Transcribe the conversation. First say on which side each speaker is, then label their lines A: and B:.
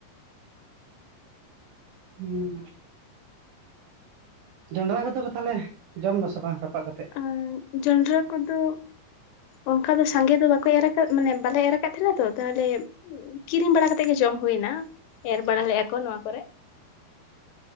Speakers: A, on the right; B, on the left.
A: ᱦᱩᱸ ᱡᱚᱱᱰᱨᱟ ᱠᱚᱫᱚ ᱯᱮ ᱛᱟᱦᱚᱞᱮ ᱡᱚᱢ ᱫᱟᱥᱮ ᱵᱟᱝ ᱨᱟᱯᱟᱜ ᱠᱟᱛᱮᱫ?
B: ᱟᱸ ᱡᱚᱸᱰᱟᱨᱟ ᱠᱚᱫᱚ ᱚᱱᱠᱟ ᱫᱚ ᱥᱟᱸᱜᱮ ᱫᱚ ᱵᱟᱠᱚ ᱮᱨᱟ ᱠᱟᱜ ᱢᱟᱱᱮ ᱵᱟᱞᱮ ᱮᱨᱟ ᱠᱟᱫ ᱛᱟᱦᱮᱸᱱᱟ ᱛᱚ ᱛᱟᱦᱚᱞᱮ ᱠᱤᱨᱤᱧ ᱵᱟᱲᱟ ᱠᱟᱛᱮᱜ ᱜᱮ ᱡᱚᱢ ᱦᱩᱭ ᱱᱟ ᱮᱨ ᱵᱟᱲᱟ ᱞᱮᱜᱼᱟ ᱠᱚ ᱱᱚᱣᱟ ᱠᱚᱨᱮ